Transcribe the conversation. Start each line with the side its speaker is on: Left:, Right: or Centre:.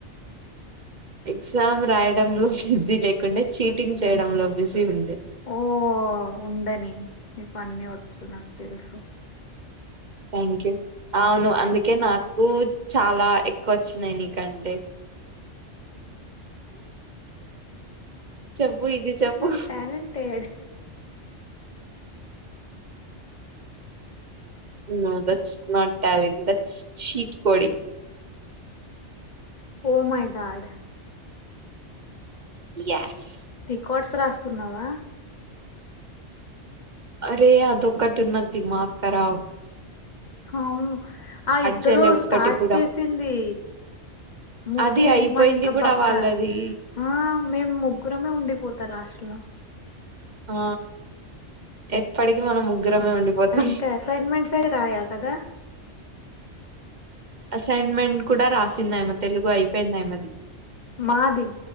Right: ఎగ్జామ్ రాయడంలో బిజీ లేకుండే చీటింగ్ చేయడంలో బిజీ ఉండే
Left: ఓ ఉండని మీఅన్నీ వచ్చు నాకు తెలుసు
Right: థ్యాంక్ యూ అవును అందుకే నాకు చాలా ఎక్కువ వచ్చినాయి నీకు కంటే చెప్పు ఇది చెప్పు
Left: I'm talented
Right: నదట్స్ not talent that's sheet coding
Left: oh my god
Right: yes
Left: codes రాస్తున్నావా
Right: అరే అదొక్కటి ఉన్నది ధీమక్ కరణ్
Left: అవువు ఆ ఇద్దరు
Right: చేయలే ఒక్కటి
Left: స్టార్ట్
Right: కూడా
Left: చేసింది ముస్లింమా
Right: అది అయిపోయింది
Left: ఇంకా
Right: కూడా
Left: పక్క
Right: వాళ్ళది
Left: ఆ మేము ముగ్గురమే ఉండిపోతా లాస్ట్ లో
Right: ఆ ఎప్పటికి మనం ముగ్గురమే ఉండిపోతాం
Left: ఇంకా అసైన్మెంట్స్ అవి రాయావు కదా
Right: అసైన్మెంట్ కూడా రాసిందయమ తెలుగు అయిపోయిందయమది
Left: మా ద